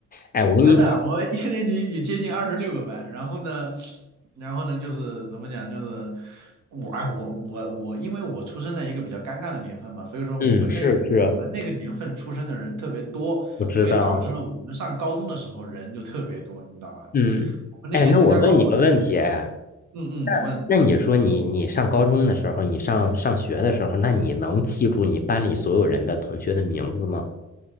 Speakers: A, on the left (about 30°); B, on the right (about 70°).
A: 哎，我跟你讲，
B: 真的，我一个年级也接近二十六个班，然后呢，然后呢，就是怎么讲，就是我，哎，我我我，因为我出生在一个比较尴尬的年份嘛，所以说我们那我们那个年份出生的人特别多，
A: 嗯，是是，我知道，
B: 所以导致了我们上高中的时候人就特别多，你知道吧？
A: 嗯，
B: 我们那年参加高考的人，
A: 哎，那我问你个问题，哎，
B: 嗯嗯，你问，
A: 那你说你你上高中的时候，你上上学的时候，那你能记住你班里所有人的同学的名字吗？